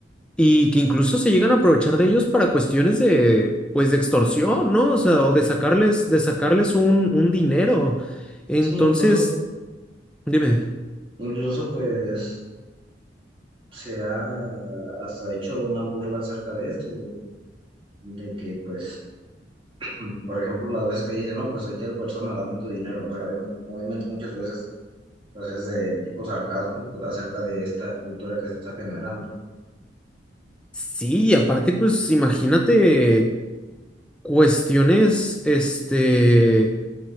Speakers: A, in the centre; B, on the right.
A: Y que incluso se llegan a aprovechar de ellos para cuestiones de, pues, de extorsión, ¿no? O sea, o de sacarles, de sacarles un, un dinero. Entonces,
B: Sí, incluso,
A: dime,
B: incluso pues se ha hasta hecho una burla acerca de esto, de que pues mm, por ejemplo, las veces que dice, no, pues soy tal persona, dame tu dinero. O sea, obvi- obviamente muchas veces pues es de tipo sarcasmo pues, acerca de esta cultura que se está generando.
A: sí, y aparte, pues, imagínate cuestiones, este,